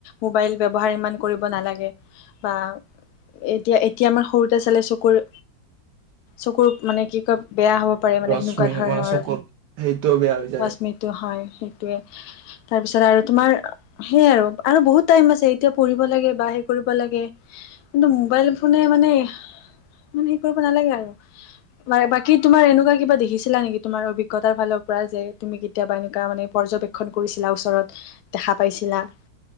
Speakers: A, on the left (about 75°); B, on the right (about 70°).
A: মোবাইল ব্যৱহাৰ ইমান। কৰিব নালাগে বা এতিয়া, এতিয়া আমাৰ সৰুতে চালে চকুৰ চকুৰ মানে কি কয় বেয়া হ'ব পাৰে মানে
B: ৰশ্মি
A: সেনেকুৱা ধৰণৰ।
B: মানে চকুত সেইটোও বেয়া হৈ যায়।
A: ৱাচমিটো হয়, সেইটোয়ে তাৰপিছত আৰু তোমাৰ হেইয়ে আৰু বহুত টাইম আছে। এতিয়া পঢ়িব লাগে বা হেই কৰিব লাগে। কিন্তু, মোবাইল ফোনে মানে মানে হে কৰিব নালাগে আৰু। বাকী তোমাৰ এনেকুৱা কিবা দেখিছিলা নেকি তোমাৰ অভিজ্ঞতাৰ ফালৰ পৰা যে। তুমি কেতিয়াবা এনেকুৱা মানে পৰ্যবেক্ষণ কৰিছিলা, ওচৰত দেখা পাইছিলা।